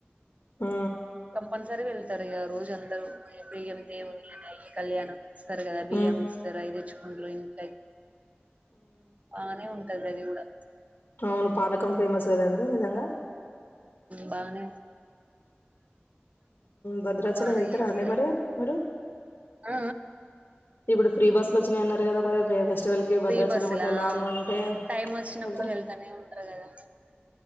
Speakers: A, on the left; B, on the right.
A: ఆ
B: కంపల్సరీ వెళ్తారు ఈగ రోజు అందరు ప్రియయం దేవి వెళ్ళ కళ్యాణం ఇస్తారు కదా బియ్యం
A: ఆ
B: ఇస్తారు అ తెచ్చుకుంట్రు ఇంట్లో బానే ఉంటది ప్రది కూడా
A: ఆ అవును పానకం ఫేమస్ కదండి నిజంగా
B: బాగానే
A: భద్రాచల
B: బాగానే
A: వెళ్తారా
B: చేస్తారు
A: అండి మరి మీరు
B: ఆ
A: ఇప్పుడు ఫ్రీ బస్ ఇట్ వచ్చిన అన్నారు కదా మరి ఫెస్టివల్ కి
B: ఫ్రీ
A: భద్రాచలం
B: బస్సులా
A: అట్ే లాంగ్ ఉంటే
B: టైం వచ్చినప్పుడు
A: వెళ్తారు
B: వెళ్తానే ఉంటారు కదా